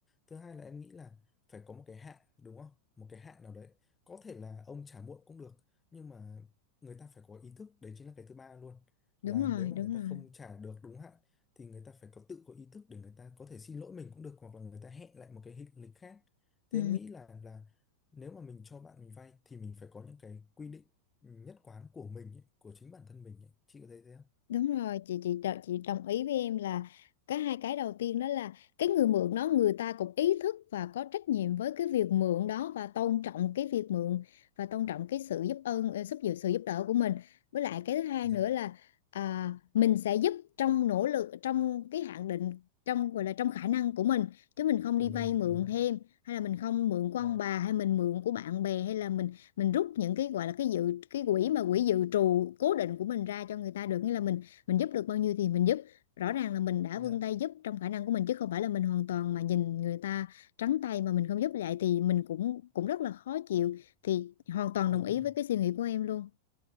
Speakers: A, on the left; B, on the left.
A: thứ hai là em nghĩ là phải có một cái hạn đúng không một cái hạn nào đấy có thể là ông trả muộn cũng được nhưng mà người ta phải có ý thức đấy chính là cái thứ ba luôn
B: đúng
A: là
B: rồi
A: nếu mà
B: đúng
A: người ta không
B: rồi
A: trả được đúng hạn thì người ta phải có tự có ý thức để người ta có thể xin lỗi mình cũng được hoặc là người ta hẹn lại một cái hình- lịch khác thế
B: ừ
A: em nghĩ là là nếu mà mình cho bạn mình vay thì mình phải có những cái quy định nhất quán của mình ấy, của chính bản thân mình ấy. Chị có thấy thế không?
B: Đúng rồi, chị chị đo- chị đồng ý với em là cái hai cái đầu tiên đó là cái người mượn đó người ta cũng ý thức và có trách nhiệm với cái việc mượn đó và tôn trọng cái việc mượn và tôn trọng cái sự giúp ơn ờ, giúp sự sự giúp đỡ của mình. Với lại cái thứ hai
A: dạ
B: nữa là à, mình sẽ giúp trong nỗ lực trong cái hạn định trong gọi là trong khả năng của mình chứ mình không
A: của
B: đi
A: mình
B: vay mượn
A: đúng không
B: thêm hay là mình không mượn của
A: dạ
B: ông bà hay mình mượn của bạn bè hay là mình mình rút những cái gọi là cái dự cái quỹ mà quỹ dự trù cố định của mình ra cho người ta được nghĩa là mình mình giúp được bao nhiêu thì mình giúp rõ ràng là mình đã
A: dạ
B: vươn tay giúp trong khả năng của mình chứ không phải là mình hoàn toàn mà nhìn người ta trắng tay mà mình không giúp lại thì mình cũng cũng rất là khó chịu thì hoàn toàn
A: đúng
B: đồng ý
A: rồi
B: với cái suy nghĩ của em luôn